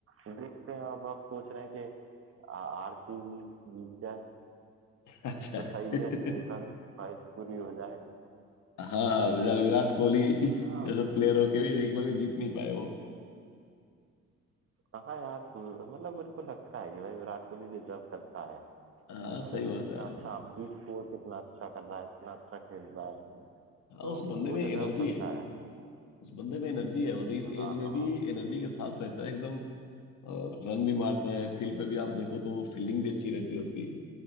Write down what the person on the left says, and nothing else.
अच्छा
<laughs>
हाँ बेचारे विराट कोहली
जैसे प्लेयर होके भी एक बार भी जीत नहीं पाए वो
हाँ
सही
बात
है यार
हाँ उस बंदे
में एनर्जी
है
उस बंदे में एनर्जी है मतलब इस
एज में
भी एनर्जी के साथ रहता है एकदम और रन भी मारता है फील्ड पे भी आप देखो तो फील्डिंग भी अच्छी रहती है उसकी